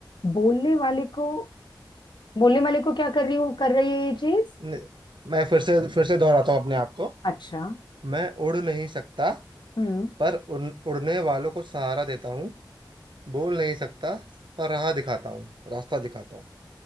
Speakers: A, on the left (about 75°); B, on the right (about 80°).
A: बोलने वाले को बोलने वाले को क्या कर रही हूँ कर रही है ये चीज
B: न- मैं फिर से फिर से दोहराता हूँ अपने आप को
A: अच्छा
B: मैं उड़ नहीं सकता
A: हम्म
B: पर उड़, उड़ने वालों को सहारा देता हूँ बोल नहीं सकता पर राह दिखाता हूँ रास्ता दिखाता हूँ